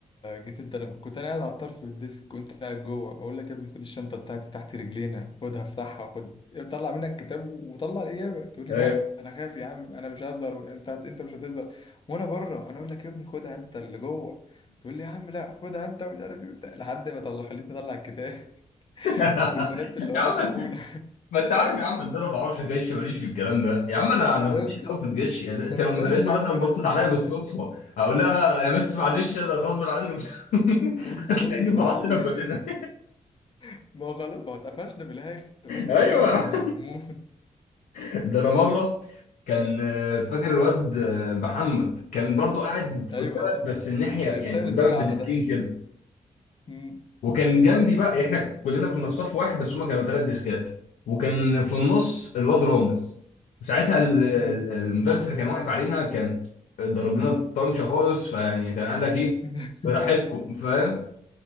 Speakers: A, on the left; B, on the left.
A: جيت انت لما كنت انا قاعد على الطرف في الديسك كنت قاعد جوه اقول لك يا ابني خد الشنطه بتاعتي تحت رجلينا خدها افتحها خد ايه، طلع منك الكتاب وطلع الاجابه تقول لي
B: ايه
A: لا انا خايف يا عم انا مش هزهر انت انت مش هتزهر وانا بره انا اقول لك يا ابني خدها انت اللي جوه تقول لي يا عم لا خدها انت ومش عارف ايه وبتاع. لحد ما طلع خليتني اطلع الكتاب
B: <laughs>
A: <laughs> والبنات اللي
B: يا
A: ورا
B: عم
A: شافونا
B: ما انت عارف يا عم ان انا ما بعرفش اغش ماليش في الكلام ده يا عم انا
A: <laughs>
B: انا
A: يا
B: فضيح
A: ابني
B: قوي في الغش يعني انت
A: طب
B: لو مدرسه
A: ماشي يا
B: مثلا
A: ابني ما
B: بصت
A: لازم تتعلم
B: عليا بالصدفه هقول لها يا مس معلش انا غصب عني <laughs>
A: انت
B: هتلاقيني
A: لازم تتعلم
B: فرحتنا كلنا
A: <laughs> ما هو خلاص ما هو اتقفشنا في الاخر اتقفشنا
B: <laughs>
A: في
B: ايوه
A: الاخر وكنا هنموت
B: ده انا مره كان آه، فاكر الواد آه، محمد كان برضو قاعد
A: ايوه
B: قدامك
A: يا عم
B: بس الناحيه
A: كان
B: يعني
A: التالت
B: قدامك
A: بتاعنا
B: بديسكين
A: ده
B: كده
A: مم.
B: وكان جنبي بقى يعني احنا كلنا كنا في صف واحد بس هما كانوا ثلاث ديسكات وكان في النص الواد رامز ساعتها ال- ال-
A: مم.
B: المدرس اللي كان واقف علينا كان ضرب لنا طنشه خالص فيعني كان قال لك ايه
A: <laughs>
B: براحتكم فاهم